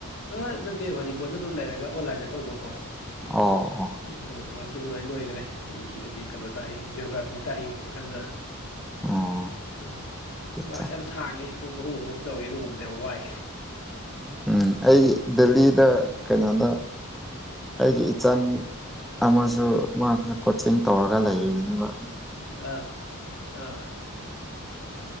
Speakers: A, on the left; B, in the centre.
A: ꯑ ꯅꯠꯇꯦ ꯃꯅꯤꯄꯨꯔꯗ ꯑꯗꯨꯝ ꯂꯩꯔꯒ ꯑꯣꯟꯂꯥꯏꯟꯗ ꯇꯧꯕꯀꯣ
B: ꯑꯣ ꯑꯣ
A: ꯑꯗꯨꯒ ꯋꯥ ꯑꯗꯨꯃꯥꯏꯅ ꯂꯣꯏꯈꯔꯦ ꯃꯣꯏꯒꯤ ꯍꯧꯖꯤꯛ ꯀꯩꯅꯣ ꯇꯥꯛꯏ ꯖꯤꯑꯣꯣꯒ꯭ꯔꯥꯐꯤ ꯇꯥꯛꯏ ꯍꯧꯖꯤꯛꯀꯥꯟꯗ
B: ꯑꯣ
A: ꯎꯝ
B: ꯑꯠꯆꯥ
A: ꯄꯨꯥꯁꯦ ꯌꯥꯝ ꯁꯥꯡꯉꯦ ꯄꯨꯡ ꯑꯍꯨꯝ ꯑꯍꯨꯝ ꯇꯧꯏꯤ ꯅꯣꯡꯃꯗ ꯌꯥꯝ ꯋꯥꯏ
B: ꯎꯝ ꯑꯩ ꯗꯦꯜꯂꯤꯗ ꯀꯩꯅꯣꯗ ꯑꯩꯒꯤ ꯏꯆꯟ ꯑꯃꯁꯨ ꯃꯥꯁꯨ ꯀꯣꯆꯤꯡ ꯇꯧꯔꯒ ꯂꯩꯔꯤꯅꯦꯕ
A: ꯑꯥ ꯑꯥ